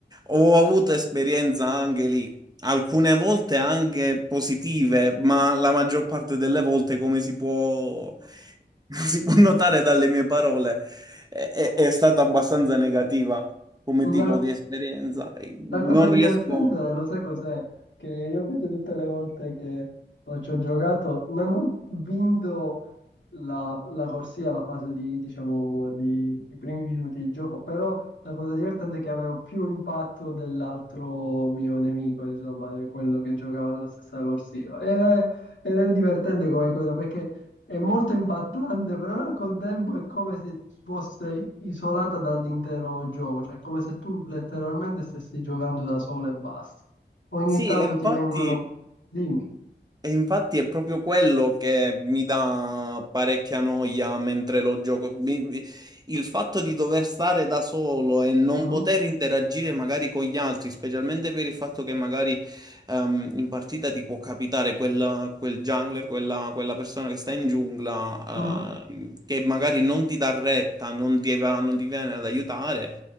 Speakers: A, on the right; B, on the left.
A: Ho avuto esperienza anche lì, alcune volte anche positive, ma la maggior parte delle volte, come si può, <laughs> si può notare dalle mie parole, è, è- è stata abbastanza negativa come tipo
B: La-
A: di esperienza. Non
B: La cosa divertente,
A: riesco...
B: lo sai cos'è? Che io vedo tutte le volte che ho- ci ho giocato, non ho vinto la, la corsia, la fase di, diciamo, di, i primi minuti di gioco, però la cosa divertente è che avevo più impatto dell'altro mio nemico, insomma, di quello che giocava nella stessa corsia. E- ed è divertente come cosa, perché è molto impattante, però al contempo è come se fosse isolata dall'intero gioco, cioè è come se tu letteralmente stessi giocando da solo e basta. Ogni
A: Sì,
B: tanto
A: e infatti...
B: ti vengono... Dimmi.
A: E infatti è proprio quello che mi dà parecchia noia mentre lo gioco. Mi- mi- il fatto di dover stare da solo e non
B: Mhm,
A: poter interagire magari con gli altri, specialmente per il fatto che magari ehm, in partita ti può capitare quel, quel jungler, quella, quella persona che sta in giungla,
B: mhm,
A: ehm, che magari non ti dà retta, non ti va- non ti viene ad aiutare.